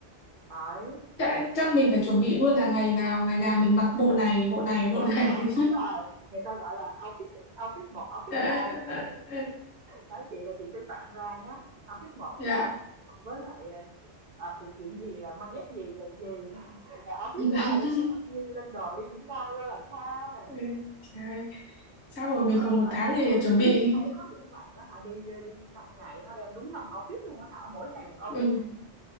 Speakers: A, on the right; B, on the left.
A: Đấy.
B: chắc, chắc mình phải chuẩn bị luôn là ngày nào ngày nào mình mặc bộ này bộ này bộ
A: Đúng
B: này
A: rồi, đúng rồi. Người ta gọi là outfit outfit một outfit
B: Ờ, ờ,
A: hai vậy. đấy.
B: ờ, ờ,
A: Đó chị là chị sẽ soạn ra nhé. Outfit một
B: dạ
A: là mặc với lại ờ, ờ, phụ kiện gì là mang dép gì vậy gì. <laughs> Outfit
B: <laughs>
A: hai để sẽ mặc như lên đồ đi những đâu ra làm sao này.
B: Ừ, trời. Chắc rồi mình
A: có
B: còn
A: những
B: một
A: bạn
B: tháng
A: đó
B: để
A: hả
B: chuẩn bị
A: chị thấy có những bạn đó hả đi đi 5 ngày họ đem đúng 5 outfit luôn á Thảo mỗi ngày một outfit
B: ừ.